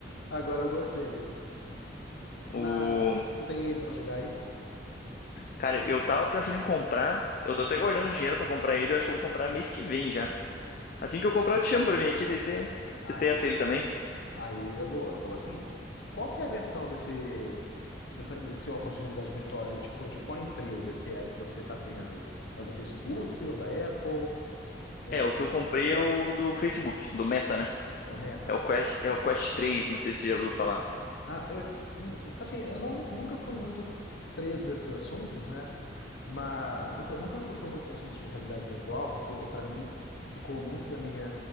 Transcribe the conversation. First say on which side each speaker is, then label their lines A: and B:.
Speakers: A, on the left; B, on the left.
A: <laughs> agora eu gostei.
B: O...
A: Mas você tem ele pra jogar aí?
B: Cara, eu tava pensando em comprar. Eu tô até guardando dinheiro pra comprar ele. Eu acho que eu vou comprar mês que vem já. Assim que eu comprar, eu te chamo pra vir aqui, daí você,
A: Aí,
B: você testa
A: isso,
B: ele também.
A: aí eu vou, eu vou assim. Qual que é a versão desse, dessa- desse óculos de realidade virtual? É, tipo, de qual empresa que é que você tá vendo? É o da Facebook, ou da Apple, ou
B: É,
A: de
B: o
A: alguns,
B: que eu comprei é o do Facebook, do Meta, né?
A: é o Meta?
B: É o Quest, é o Quest três. não sei se você já ouviu falar.
A: Ah, eu, hum, assim, eu não, nunca fui muito preso nesses assuntos, né? Mas nunca, nunca me puxou muito esse assunto de realidade virtual, porque para mim ficou muito da minha